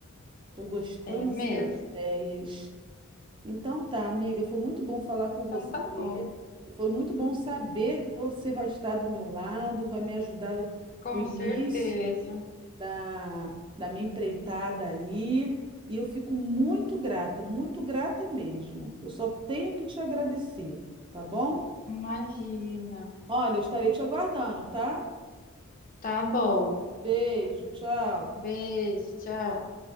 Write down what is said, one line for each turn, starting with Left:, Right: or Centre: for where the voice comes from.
Right: Tô gostando
Left: É
Right: assim
Left: mesmo.
Right: das ideias. Então tá, amiga, foi muito bom falar com você.
Left: Então tá bom.
Right: E foi muito bom saber que você vai estar do meu lado, vai me ajudar com
Left: Com
Right: o início.
Left: certeza.
Right: da, da minha empreitada aí. E eu fico muito grata, muito grata mesmo. Eu só tenho que te agradecer, tá bom?
Left: Imagina.
Right: Olha, eu estarei te aguardando, tá?
Left: Tá bom.
Right: Beijo, tchau.
Left: Beijo, tchau.